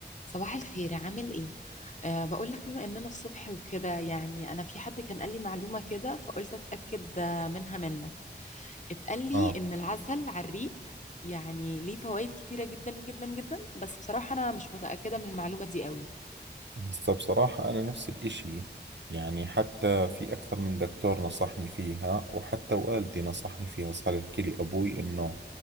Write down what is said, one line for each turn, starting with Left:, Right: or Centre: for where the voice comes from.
Left: صباح الخير عامل ايه؟ أه بقول لك بما اننا الصبح وكده يعني انا في حد كان قال لي معلومة كده فقلت اتأكد آه، منها منك اتقال لي
Right: اه
Left: ان العسل على الريق يعني ليه فوائد كتيرة جدا جدا جدا بس بصراحة انا مش متأكدة من المعلومة دي قوي
Right: بس بصراحة أنا نفس الإشي يعني حتى في أكثر من دكتور نصحني فيها وحتى والدي نصحني فيها صار يحكي لي أبوي إنه